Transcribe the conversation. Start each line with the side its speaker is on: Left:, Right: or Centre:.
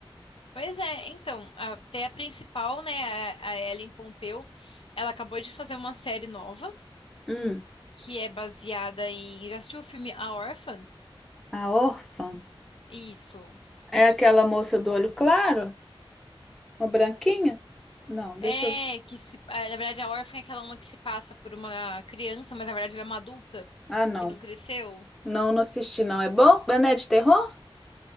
Left: Pois é, então, até a principal, né, a a Ellen Pompeu, ela acabou de fazer uma série nova,
Centre: Hum,
Left: que é baseada em. Já assistiu o filme A Órfã?
Centre: a órfã
Left: Isso.
Centre: é aquela moça do olho claro? Uma branquinha? Não, deixa
Left: É,
Centre: eu.
Left: que se, é, na verdade a órfã é aquela uma que se passa por uma criança, mas na verdade ela é uma adulta
Centre: Ah, não.
Left: que não cresceu.
Centre: Não, não assisti, não. É bom? Mas não É de terror?